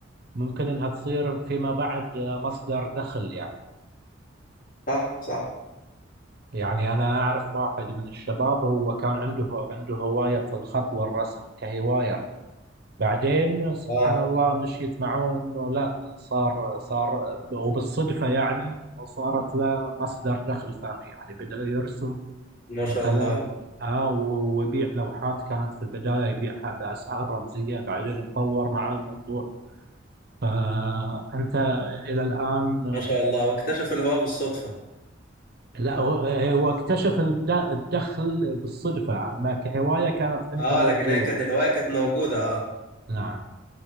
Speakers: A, on the right; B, on the left.
A: ممكن إنها تصير فيما بعد آه، مصدر دخل يعني
B: صح صح
A: يعني أنا أعرف واحد من الشباب هو كان عنده عنده هواية الخط والرسم كهواية بعدين سبحان
B: آه
A: الله مشيت معه إنه لا صار صار وبالصدفة يعني وصارت له مصدر دخل ثاني يعني بدأ يرسم
B: ما شاء
A: مثلا
B: الله
A: آه و- ويبيع لوحات كانت في البداية يبيعها بأسعار رمزية بعدين اتطور مع الموضوع فأنت إلى الآن
B: ما شاء الله واكتشف الهواء بالصدفة
A: لا هو آه، هو اكتشف الد- الدخل بالصدفة أما كهواية كانت عنده
B: اه
A: موجود
B: لكن هي كانت الهواية كانت موجودة اه
A: نعم